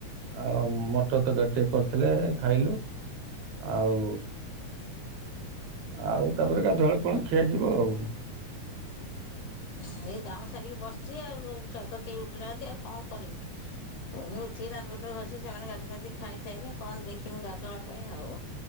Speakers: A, on the right; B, on the left.
A: ଆଉ ମଟର ତରକାରୀ ଟିକେ କରିଥିଲେ ଖାଇଲୁ ଆଉ ଆଉ ତାପରେ ଗାଧଆଳୁ କଣ ଖିଆଯିବ ଆଉ।
B: ହୁଁ ଏଇ କାମ ସାରିକି ବସିଚି ଆଉ ଛୁଆତ କେହି ଉଠିନାହାନ୍ତି ଆଉ କଣ କରିମି। ପୁଣି ଉଠିକି ଦାନ୍ତପତ୍ର ଘଷି ସେମାନେ ଗାଧି ଫାତି ଖାଇସାଇନେ କଣ ଦେଖିମି ଗାଧୁଆଳ ପାଇଁ ଆଉ।